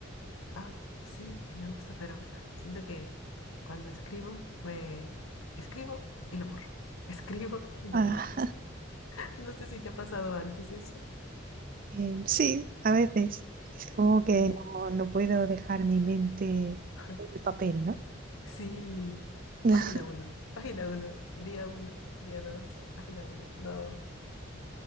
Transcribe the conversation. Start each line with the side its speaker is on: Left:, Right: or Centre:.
Left: Ah, sí, me gusta, pero siento que cuando escribo, me escribo y lo borro. <laughs> Escribo y lo
Right: Ah,
Left: borro. <laughs> No sé si te ha pasado antes eso.
Right: eh, sí, a veces. Es como que
Left: Y es-
Right: no, no puedo dejar mi mente
Left: <laughs>
Right: en el papel, ¿no?
Left: Sí,
Right: <laughs>
Left: página uno, página uno, día uno, día 2, página uno. No,